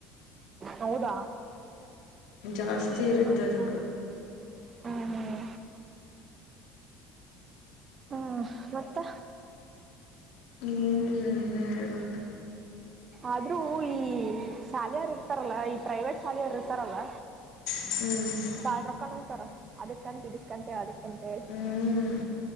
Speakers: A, on the right; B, on the left.
A: ಹೌದಾ
B: ಜಾಸ್ತಿ
A: ಹ್ಮ್
B: ಇರುತ್ತೆ ಅದಕ್ಕೆ
A: ಹ್ಮ್ ಹ್ಮ್ ಮತ್ತ.
B: ಏನ್ರಿ. ನೀನೇ ಹೇಳ್ಬೇಕ್
A: ಆದ್ರೂ ಈ ಸಾಲಿಯರ್ ಇರ್ತಾರಲ್ಲ ಈ ಪ್ರೈವೇಟ್ ಸಾಲಿಯರ್ ಇರ್ತಾರಲ್ಲ.
B: <unintelligible>
A: ಬಾಳ್ ರೊಕ್ಕ ಹೋಗ್ತಾರ ಅದಕ್ಂತ ಇದಿ ಅಂತ ಹೇಳಿ ಅದಕ್ಕಂತ ಹೇಳಿ.
B: ಹ್ಞೂ